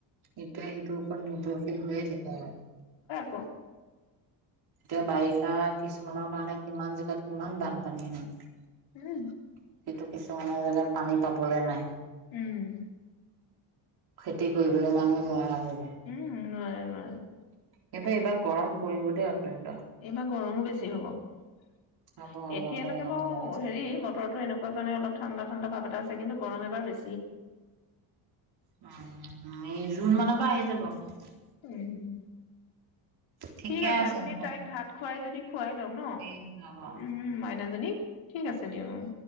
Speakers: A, on the right; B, on the left.
A: এতিয়া সেইটো ওপৰত নিৰ্ভৰশীল হৈয়ে থাকে আৰু ।
B: উ
A: এতিয়া বাৰিষা কিছুমানৰ কাৰণে কিমান জেগাত কিমান বানপানী হয় ।
B: উম ।
A: <inaudible> টো কিছুমানৰ জেগাত পানী পাবলে নাই
B: উম।
A: খেতি কৰিবলৈ মানুহ নোৱাৰা হয় <inaudible>
B: উম নোৱাৰে নোৱাৰে ।
A: <inaudible> এইবাৰ গৰম পৰিব দেই অত্যন্ত
B: এইবাৰ গৰমো বেছি হব ।
A: হ'ব হ'ব
B: এতিয়ালৈকে
A: মই অনুমান
B: বাৰু
A: লগাইছো।
B: হেৰি বতৰতো এনেকুৱা কাৰণে অলপ ঠাণ্ডা ঠাণ্ডা ভাৱ এটা আছে কিন্তু গৰম এবাৰ বে
A: <unintelligible> এই জুন মানৰ পৰা আহি যাব ।
B: উম ।
A: ঠিকে
B: ঠিক আছে আপুনি
A: হ'ব।
B: তাইক ভাত খুৱাই যদি খুৱাই লওক ন
A: ঠিক আছে হ'ব।
B: উম মাইনাজীক । ঠিক আছে দিয়ক অ ।